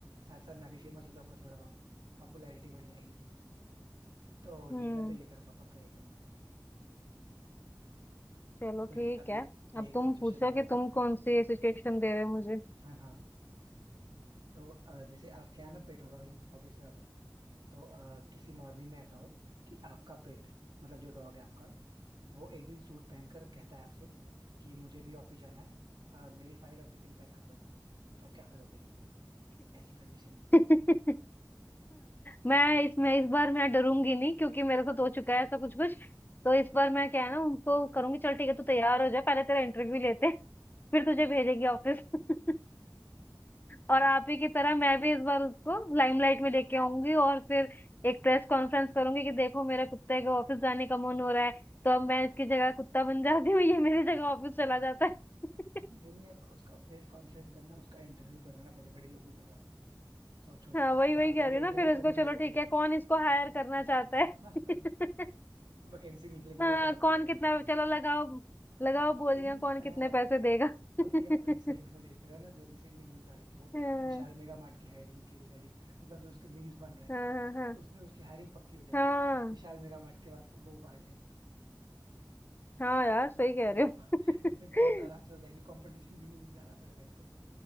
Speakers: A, on the right; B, on the left.
A: साथ साथ मैं भी फेमस हो जाऊंगा थोड़ा बहुत पॉपुलैरिटी बढ़ जाएगी तो ये
B: हम्म
A: मैं तो ये करूंगा पक्का ये करूंगा
B: चलो
A: कोई
B: ठीक
A: नहीं अभी
B: है अब
A: एक
B: तुम
A: सिचुएशन
B: पूछो
A: मैं
B: कि
A: आपको
B: तुम
A: देता हूँ
B: कौन सी सिचुएशन दे रहे हो मुझे
A: हाँ हाँ तो अ, जैसे आपके यहाँ ना पेट होगा भाई ऑब्वियस सी बात है तो अ, किसी मॉर्निंग में ऐसा हो कि आपका पेट मतलब जो डॉग है आपका वो एक दिन सूट पहनकर कहता है आपसे कि मुझे भी ऑफिस जाना है अ, मेरी फाइल और टिफिन पैक कर दो तो आप क्या करोगे ऐसी कंडीशन में
B: <laughs> मैं इसमें इस बार मैं डरूंगी नहीं क्योंकि मेरे साथ हो चुका है ऐसा कुछ कुछ तो इस बार मैं क्या है ना उनको करूंगी चल ठीक है तू तैयार हो जा पहले तेरा इंटरव्यू लेते हैं, फिर तुझे भेजेंगे ऑफिस <laughs> और आप ही की तरह मैं भी इस बार उसको लाइमलाइट में लेके आऊंगी और फिर एक प्रेस कॉन्फ्रेंस करूंगी कि देखो मेरा कुत्ते का ऑफिस जाने का मन हो रहा है तो अब मैं इसकी जगह कुत्ता बन जाती हूँ ये मेरी जगह ऑफिस चला जाता है <laughs>
A: ये नहीं यार उसका प्रेस कॉन्फ्रेंस करना उसका इंटरव्यू कराना बड़े बड़े लोगों के साथ सोचो
B: हाँ वही
A: क्या
B: वही
A: पता
B: कह रही
A: वो
B: हूँ
A: इंटरव्यू
B: ना फिर इसको
A: क्वालिफाई
B: चलो
A: कर
B: ठीक
A: ले
B: है कौन इसको हायर करना चाहता है
A: <laughs>
B: <laughs>
A: वैकेंसी निकलेगी
B: हाँ
A: वो टॉप
B: कौन
A: कर जाएगा
B: कितना चलो लगाओ लगाओ बोलियां
A: इनफैक्ट
B: कौन कितने पैसे देगा <laughs>
A: अभी आप रिसेंट में देख रहे हो ना जो रिसेंट में न्यूज आ रही थी वो
B: हाँ
A: विशाल मेगा मार्ट की हायरिंग के रिगार्डिंग मतलब जो उसके मीम्स बन रहे हैं
B: हाँ हाँ हाँ
A: उसमें उसकी हायरिंग पक्की हो जाएगी
B: हाँ
A: विशाल मेगा मार्ट के बाद वो गार्ड में
B: हाँ यार सही कह रहे
A: बहुत
B: हो
A: इनफेक्ट बहुत आराम
B: <laughs>
A: से हो जाएगी कंपटीशन भी नहीं निकालना पड़ेगा इसको तो